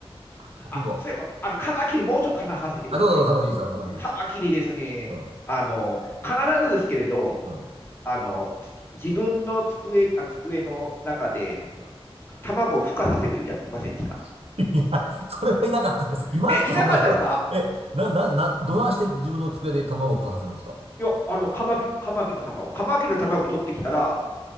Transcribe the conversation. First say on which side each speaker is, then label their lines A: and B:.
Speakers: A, on the right (about 80°); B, on the left (about 20°).
A: 国語。
B: あ、そういえば、あの、カマキリもうちょっと話させてください
A: あ、どうぞどうぞ、カマキリですよ、カマキリ。
B: カマキリですね、
A: うん、
B: あの、必ずですけれど、
A: うん、
B: あの、自分の机、あ、机の中で
A: うん。
B: 卵を孵化させるやついませんでした
A: <laughs> いや、それはいなかったです。いましたそんな人。
B: え、いなかったですか
A: え、な、な、な、どないして自分の机で卵を孵化させるんですか
B: いや、あの、カマキリ、カマキリの卵、カマキリの卵取ってきたら、